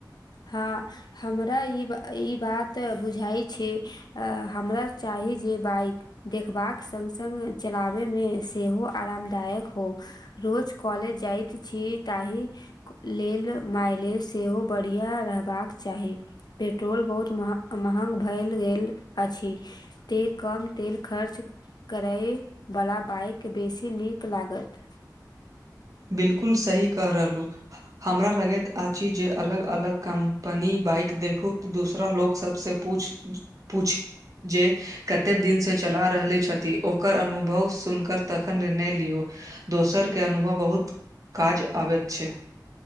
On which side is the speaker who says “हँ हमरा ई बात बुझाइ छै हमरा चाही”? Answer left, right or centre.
Left